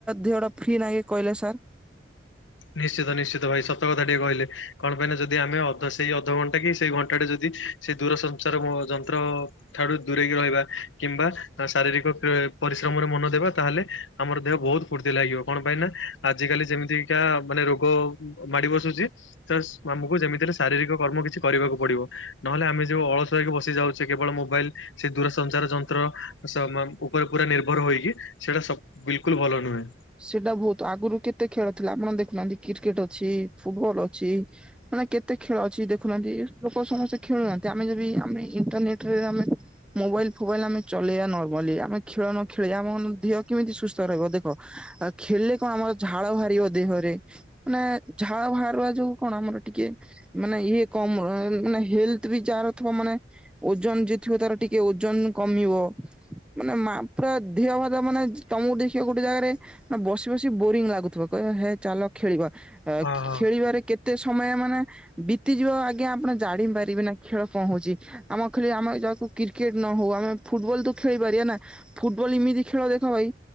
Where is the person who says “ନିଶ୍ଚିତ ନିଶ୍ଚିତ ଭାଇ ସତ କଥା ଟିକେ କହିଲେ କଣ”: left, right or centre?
Left